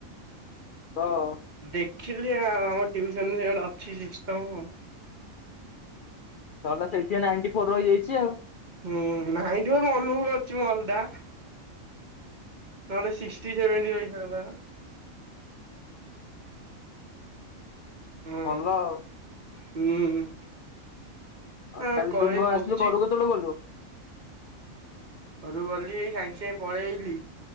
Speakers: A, on the left; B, on the right.
A: ହଁ।
B: ଦେଖିଲି ଆଉ ଆମ ଟିଉସନରେ ଗୋଟେ ଅଛି ସିଷ୍ଟମ୍ ଆଉ।
A: ଛଟା ସେଲ୍ଫିରେ ନାଇଣ୍ଟି ଫୋର ରହିଯାଇଛି ଆଉ।
B: ହୁଁ ନାଇଁଟି ଫୋର୍ ମନକୁ ଅଛି ମୁଁ ଅଲଟା। ନହେଲେ ସିକ୍ସଟି ସେଭେଣ୍ଟି ରହିଥାନ୍ତା। ହଁ
A: ଭଲ ଆଉ।
B: ହୁଁ।
A: ଆଉ
B: ଆ
A: କାଲି
B: କହେ
A: ଡୁଙ୍ଗ ଆସିଥିବ
B: କୋଚିଂ
A: ଘରକୁ କେତେବେଳେ ଗଲୁ?
B: ଘରୁକୁ ଗଲିଇ ସାଙ୍ଗେ ସାଙ୍ଗେ ପଳେଇଲି